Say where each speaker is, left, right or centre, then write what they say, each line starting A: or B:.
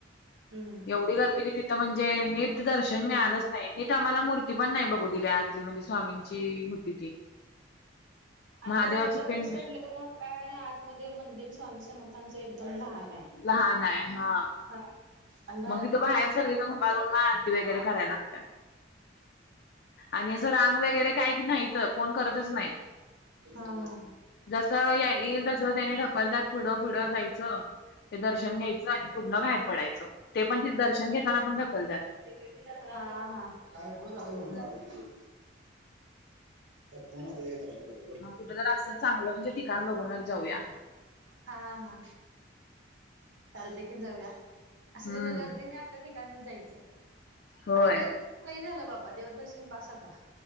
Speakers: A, on the right; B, on the left.
A: हम्म
B: एवढी गर्दी कि तिथं म्हणजे नीट दर्शन मिळालंच
A: हम्म.
B: नाही. इथं आम्हाला मूर्ती पण नाही बघू दिली आतली म्हणजे स्वामीची होती ती.
A: आणि
B: महादेवाची
A: तो बाहेरचा
B: पिंड
A: परिसर लई मोठ आहे आणि आतमध्ये मंदिर स्वामी समर्थांचं एकदम लहान आहे.
B: लहान आहे. हा
A: हा. आणि बाहेरून
B: मग तिथ बाहेर
A: परिसर
B: सगळीजण
A: खूप मोठा
B: उभारून
A: होते.
B: आरती वगैरे
A: हा.
B: करायला लागत्या. आणि असं रांग वगैरे काय माहीत नाहीत कोण करतच नाहीत.
A: हा हा हा हा
B: जस येईल तस त्यानी ढकलतात पुढं पुढं
A: हा.
B: जायचं, ते दर्शन घ्यायचं आणि पुढन बाहेर पडायचं ते पण तिथ दर्शन घेताना पण ढकलतात.
A: हा हा <unintelligible>
B: हम्म.
A: त्यात कोण आता <unintelligible>
B: मग कुठं तर असं चांगलं म्हणजे ठिकाण बघूनच जाऊया.
A: हा हा चालतंय की जाऊया असं
B: हम्म
A: जिथ गर्दी नाही अशा ठिकाणीच जायचं.
B: होय.
A: आता देवदर्शनला झालं बाबा देवदर्शन बास आता